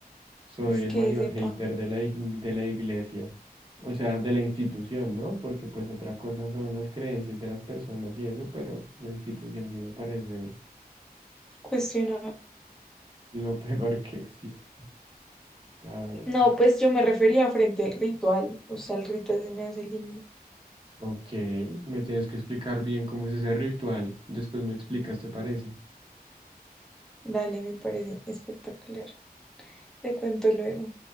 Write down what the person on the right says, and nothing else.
soy
el
mayor
hater de la, ig- de la iglesia, o sea, de la institución, ¿no? Porque pues otra cosa son las creencias de las personas y eso, pero la institución sí me parece
lo <laughs> peor que existe, la verdad.
Ok, me tienes que explicar bien cómo es ese ritual. Después me explicas, ¿te parece?